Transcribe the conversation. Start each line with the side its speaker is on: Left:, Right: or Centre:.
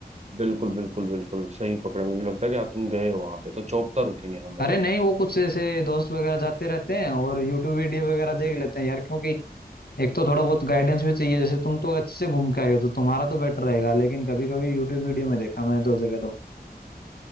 Right: बिल्कुल बिल्कुल बिल्कुल सही पकड़े मुझे लगता है कि आप तुम गए हो वहां पे तो चोपता रुकेंगे हम भाई
Left: अरे नहीं वो कुछ ऐसे दोस्त वगैरह जाते रहते हैं और यूट्यूब वीडियो वगैरह देख लेते हैं यार क्योंकि एक तो थोड़ा बहुत गाइडेंस भी चाहिए जैसे तुम तो अच्छे से घूम के आए हो तो तुम्हारा तो बेटर रहेगा लेकिन कभी कभी यूट्यूब वीडियो में देखा मैंने दो जगह तो